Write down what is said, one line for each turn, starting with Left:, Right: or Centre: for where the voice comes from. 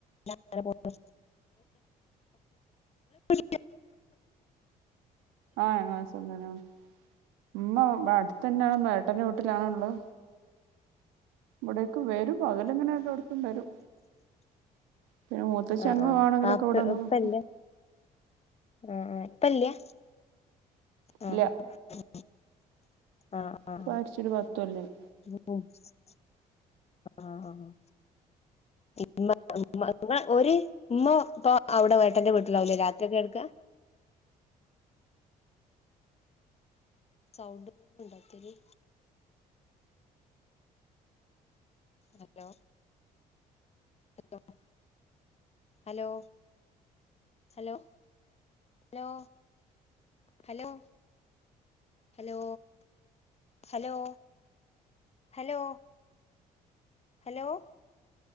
Left: അങ്ങനെ പോണ് <unintelligible>
Right: ആഹ് ഞങ്ങൾക്ക് സുഖം തന്നേണ്. മ്മ ബ അട്‌ത്തെന്നേണൊ മ്മ ഏട്ടന്റെ വീട്ട്ലാണൊ ള്ളെ വടേക്ക് വരും. പകലങ്ങനെ എല്ലോട്ത്തും വരും. പിന്നെ മൂത്തച്ചി
Left: ആഹ്
Right: അങ്ങ് പോകാണെങ്കിലൊക്കെ
Left: ആഹ് ആപ്പ്
Right: വടെ വന്ന്
Left: ഇപ്പല്ലേ
Right: ന്നിക്കും.
Left: ആഹ് ആഹ് പ്പല്ല്യാ. ആ
Right: ഇല്ല
Left: ഹ് ആഹ് ആഹ്
Right: പ്പ മര്ച്ചിട്ട് പത്തൊല്ലായ്
Left: <unintelligible> ആഹ് ആഹ് ഇമ്മ മ്മ മ്മ ഓര് മ്മ പ്പൊ അവ്ടെ ഏട്ടന്റെ വീട്ട്ലാവുലേ രാത്രി ഒക്കെ കെട്ക്കാ സൗണ്ട് പോവ്‌ണ്ടൊ ഇത്തിരി hello hello, hello hello, hello, hello hello, hello hello, hello